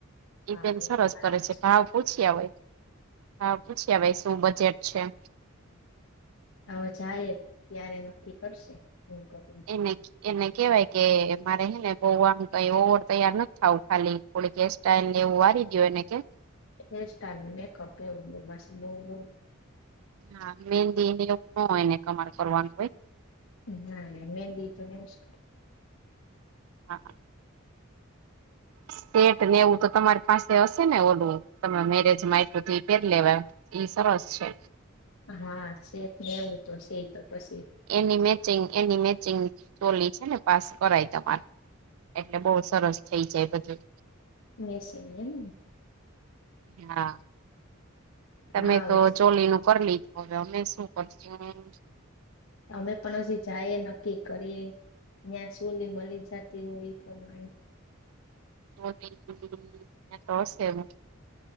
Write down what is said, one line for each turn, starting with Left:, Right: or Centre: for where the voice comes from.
Left: હા
Right: બેન
Left: એ
Right: સરસ
Left: તો મારામાં
Right: કરે
Left: છે.
Right: ભાવ પૂછ્યા વાય, હા પૂછ્યા વાય, શું બજેટ છે.
Left: હવે જાયે ત્યારે નક્કી કરશે, હું કરું
Right: એને ક એને કેવાય કે મારે હેને બોવ આમ કઈ ઓવર તૈયાર નથ થાવું ખાલી થોડીક હેસ્ટાઈલ ને એવું વારી દીયો ને કે
Left: હેસ્ટાઇલ ને મેકપ એવું <unintelligible>
Right: હા, મેંદીને એવું નો હોયને તમાર કરવાનું હોય.
Left: ના, એમ ને એમ લેય તો નઈ જ કરે.
Right: હા, સેટ ને એવું તો તમારી પાસે હશે ને ઓલુ તમે મેરેજમાં આપ્યું તો ઈ પેર લેવા એમ. ઈ સરસ છે.
Left: હા, સેટ ને એવું તો શે ઈતો પસી
Right: એની મેચિંગ, એની મેચિંગ ચોલી છે ને પાસ કરાય તમારે. એટલે બોઉ સરસ થઇ જાય બધું.
Left: એને સેને એનું ને
Right: હા, તમે
Left: હા
Right: તો ચોલીનું કર લાયખું, અવે અમે શું કરશું?
Left: અમે પણ અજી જાએ નક્કી કરીએ. ન્યાં ચોલી મલી જાતી હોય ઈ પ્રમાણે.
Right: <unintelligible> પર એક્ઝામ